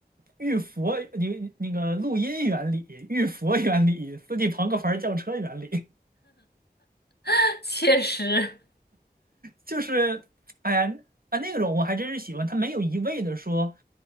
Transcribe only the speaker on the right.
玉佛，你那个录音原理、玉佛原理、斯蒂庞克牌轿车原理
就是，哎呀，啊那个种我还真是喜欢，他没有一味的说，